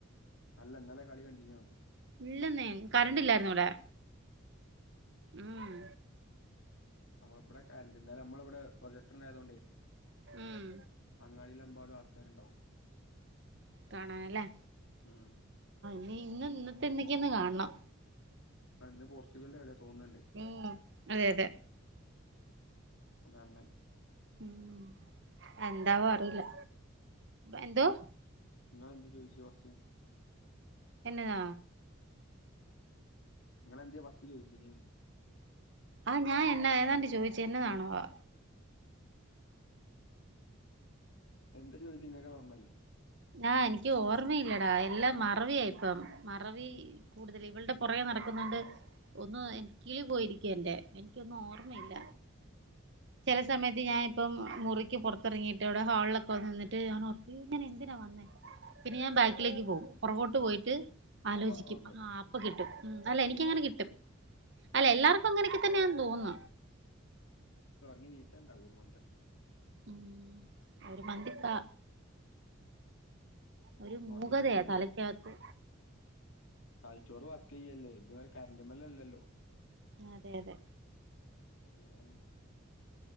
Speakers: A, on the left; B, on the right.
A: അല്ല ന്നലെ കളി കണ്ടീനോന്ന്
B: ഇല്ലന്നേ കറണ്ട് ഇല്ലായിരുന്നു ഇവിടെ ഉം
A: നമ്മള ബടെ കര്ന്റ് ഇന്നാലെ നമ്മള ഇവിടെ പ്രൊജക്ടർ ഉണ്ടായതുകൊണ്ടേ
B: ഉം
A: അങ്ങാടിയിലെമ്പാടും ആൾക്കാരുണ്ടാവും
B: കാണാന്ലേ
A: ഊം
B: നീ ഇന്ന് ഇന്നത്തെ ഇന്നക്കെന്ന് കാൺണം
A: ആഹ് ഇന്ന് പോർച്ചുഗലിന്റെ കളിയാ തോന്ന്ണ്ട്
B: ഉം അതെ അതെ
A: അ <unintelligible>
B: ഉം എന്താവാ അറിയില്ല എന്തോ
A: ങ്ങളെന്തേ ചോയ്ച്ച് ഫസ്റ്റ്
B: എന്നതാ
A: അവൻ എന്തേ ഫസ്റ്റ് ചോദിച്ച് ഇനിയെന്ന്
B: ആഹ് ഞാൻ എന്ന ഏതാണ്ട് ചോദിച്ചു എന്നതാണോ വാ
A: എന്ത് ചോദിച്ചു ഇങ്ങക്കെ ഓർമ്മയില്ലേ
B: ആ എനിക്ക് ഓർമ്മയില്ലടാ എല്ലാം മറവിയായിപ്പം മറവി കൂടുതൽ ഇവളുടെ പൊറകെ നടക്കുന്നൊണ്ട് ഒന്ന് എൻ കിളി പോയിരിക്കുവ എന്റെ എനിക്കൊന്നും ഓർമ്മയില്ല ചെല സമയത്ത് ഞാൻ ഇപ്പം മുറിക്ക് പൊറത്തെറങ്ങിട്ട് ഇവിടെ ഹാളിലൊക്കെ വന്ന് നിന്നിട്ട് ഞാൻ ഓർക്കും ഞാനെന്തിനാ വന്നേ പിന്നെ ഞാൻ ബാക്കിലേക്ക് പോകും പൊറകോട്ട് പോയിട്ട് ആലോചിക്കും
A: അപ്പൊ ഓർമ്മ
B: ആ അപ്പ കിട്ടും അല്ല എനിക്കങ്ങനെ കിട്ടും അല്ല എല്ലാർക്കും അങ്ങനെയൊക്കെ തന്നെയാണെന്ന് തോന്നുന്നു
A: നി ണീച്ചാണ്ടാവും ഒരു മന്തം
B: ഉം ഒരു മന്തിപ്പ ഒരു മൂകതയാ
A: ഉറങ്ങി നീച്ചാലേ
B: തലക്കകത്ത്
A: നെയ്ചോറ് വർക്കയ്യല്ലേ ഇതുവരെ കറണ്ട്മേൽ അല്ലല്ലോ
B: അതെ അതെ
A: ഏഹ് ഏഹ്